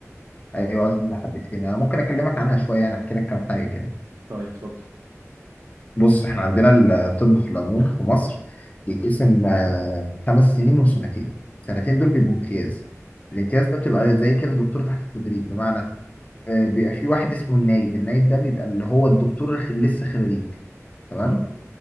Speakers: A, on the left (about 30°); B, on the right (about 85°).
A: ايوه اللي حبيتين انا ممكن اكلمك عنها شويه يعني احكي لك كام حاجه كده
B: طيب اتفضل
A: بص احنا عندنا الطب في العموم في مصر يتقسم آه، خمس سنين وسنتين سنتين دول بيبقوا امتياز الامتياز ده
B: اوكي
A: بتبقى زي كده دكتور تحت التدريب بمعنى آه، بيبقى في واحد اسمه النايب النايب ده بيبقى اللي هو الدكتور الخ- لسه خريج تمام
B: اه